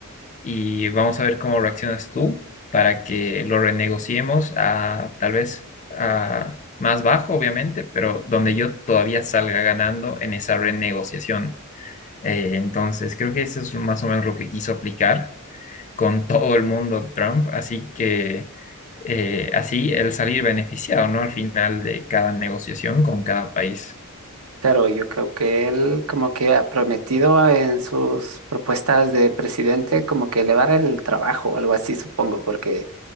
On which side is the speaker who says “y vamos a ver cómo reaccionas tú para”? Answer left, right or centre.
Left